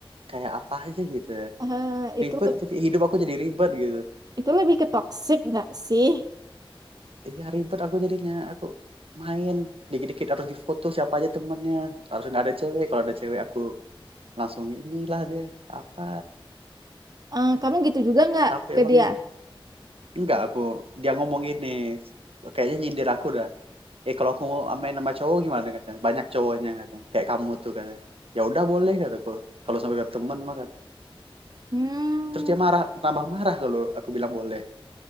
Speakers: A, on the right; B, on the right.
A: kayak apa aja gitu ya
B: Eh, itu
A: ribet jadi hidup aku jadi ribet gitu
B: itu lebih ke toxic nggak sih?
A: iya ribet aku jadinya aku main dikit-dikit harus difoto siapa aja temennya harus nggak ada cewek kalau ada cewek aku langsung inilah dia apa
B: Eh, kamu gitu juga nggak
A: capek
B: ke
A: banget
B: dia?
A: Enggak, aku dia ngomong gini, kayaknya nyindir aku dah. Eh kalau aku mau main sama cowok gimana katanya? Banyak cowoknya katanya. Kayak kamu tuh katanya. Ya udah boleh kataku. Kalau sampai ke teman mah kata.
B: Hmm,
A: Terus dia marah, tambah marah kalau aku bilang boleh.